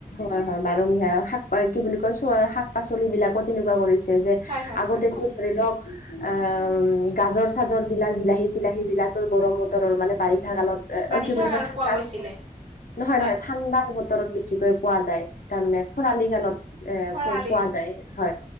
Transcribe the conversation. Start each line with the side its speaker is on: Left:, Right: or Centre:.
Left: হয় হয়, বাৰমহীয়া শাক পা কি বুলি কয়, চ শাক পাচলিবিলাকো তেনেকুৱা কৰিছে। যে
Right: হয় হয়
Left: আগতেতো
Right: হয়
Left: ধৰি লওঁক এ, গাজৰ চাজৰবিলাক, বিলাহী চিলাহীবিলাকৰ গৰমত বতৰৰ মানে বাৰিষা কালত এ,
Right: বাৰিষা
Left: কি বুলি
Right: কালত
Left: কয় ঠাণ্ডাত,
Right: পোৱা গৈছিলে
Left: নহয়
Right: হয়।
Left: নহয় ঠাণ্ডাৰ বত তৰত বেছিকৈ পোৱা যায়, তাৰমানে শৰালী কালত। এ,
Right: খৰালিত
Left: পো-পোৱা যায় হয়